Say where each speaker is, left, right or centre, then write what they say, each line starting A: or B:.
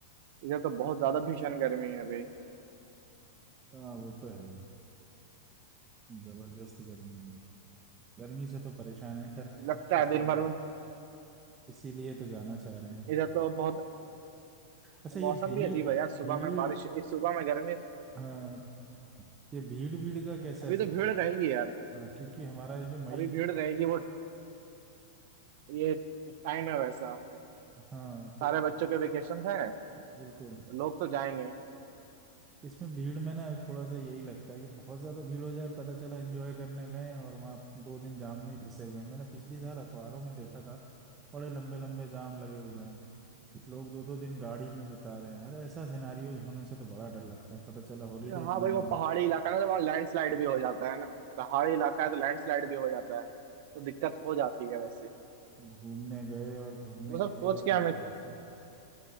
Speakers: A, on the right; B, on the right.
A: इधर तो बहुत ज्यादा भीषण गर्मी है अभी
B: हाँ वो तो है जबरदस्त गर्मी है गर्मी से तो परेशान है खैर
A: लगता
B: इसीलिए
A: है दिन भर में
B: इसीलिए तो जाना चाह रहे हैं
A: इधर तो बहुत
B: अच्छा ये
A: मौसम
B: भीड़
A: भी अजीब
B: भीड़
A: है यार सुबह में बारिश इस सुबह में गर्मी
B: हाँ ये भीड़ भीड़ का कैसा
A: अभी
B: सीन
A: तो भीड़
B: है
A: रहेगी यार
B: हाँ क्योंकि हमारा ये जो मई
A: अभी भीड़ रहेगी वो ये टाइम है वैसा
B: हाँ तो
A: सारे बच्चों के वेकेशन है
B: बिल्कुल
A: तो लोग तो जाएंगे
B: इसमें भीड़ में ना थोड़ा सा यही लगता है कि बहुत ज्यादा भीड़ हो जाए पता चला एंजॉय करने गए हैं और वहाँ दो दिन जाम में ही फंसे हुए हैं मैंने पिछली साल अखबारों में देखा था बड़े लंबे लंबे जाम लगे हुए हैं लोग दो दो दिन गाड़ी में बिता रहे हैं अरे ऐसा सिनारियो होने से तो बड़ा डर लगता है पता चला हॉलीडे
A: हाँ
B: मनाने
A: भाई वो
B: में
A: पहाड़ी इलाका है ना तो वहाँ लैंडस्लाइड भी हो जाता है ना पहाड़ी इलाका है तो लैंडस्लाइड भी हो जाता है तो दिक्कत हो जाती है वैसे
B: घूमने गए और घूमने
A: वो सब
B: की जगह
A: सोच के
B: पे
A: हमें
B: disaster।